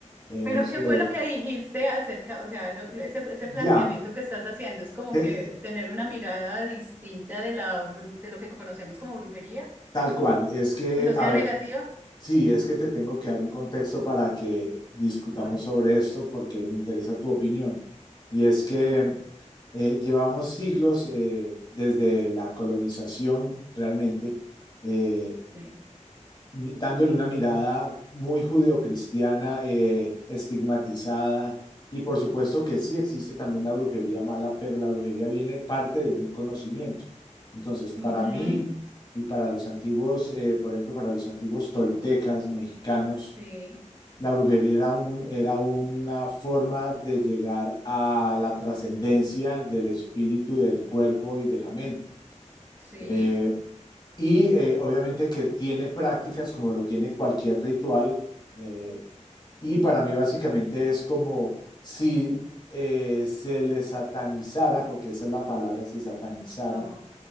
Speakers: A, on the left; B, on the right.
A: eh,
B: Pero
A: no sé,
B: ¿qué fue lo que dijiste acerca, o sea, lo- lo- ese, ese planteamiento
A: ya,
B: que estás haciendo es como
A: te-
B: que tener una mirada distinta de la bru- de lo que conocemos como brujería,
A: tal cual. Es que,
B: que no sea
A: a ver,
B: negativa?
A: sí, es que te tengo que dar un contexto para que discutamos
B: Vale,
A: sobre esto porque me interesa tu opinión. Y es que eh, llevamos siglos eh, desde la colonización realmente eh,
B: sí.
A: mi- dándole una mirada muy judeocristiana, eh, estigmatizada. Y por supuesto que sí existe también la brujería mala, pero la brujería viene parte de un conocimiento. Entonces, para
B: Ujú,
A: mí y para los antiguos, eh, por ejemplo, para los antiguos toltecas mexicanos,
B: Sí,
A: la brujería era un, era una forma de llegar a la trascendencia del espíritu, del cuerpo y de la mente.
B: sí,
A: Eh, y eh, obviamente que tiene prácticas como lo tiene cualquier ritual. eh, y para mí básicamente es como si eh, se le satanizara, porque esa es la palabra, se satanizara
B: ajá,